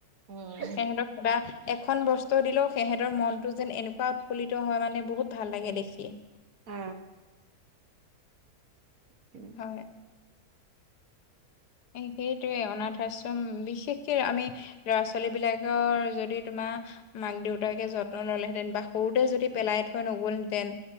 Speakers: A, on the right (about 60°); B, on the left (about 70°).
A: উম
B: সিহঁতক কিবা এখন বস্তু দিলেও সিহঁতৰ মনটো যেন এনেকুৱা উৎফুল্লিত হয় মানে বহুত ভাল লাগে দেখি।
A: অ। তাকে।
B: হয়। সেইটোৱে অনাথ আশ্ৰম, বিশেষকে আমি ল'ৰা ছোৱালী বিলাকৰ যদি তোমাৰ মাক দেউতাকে যত্ন ল'লেহেঁতেন বা সৰুতে যদি পেলাই থৈ নগ'লহেতেন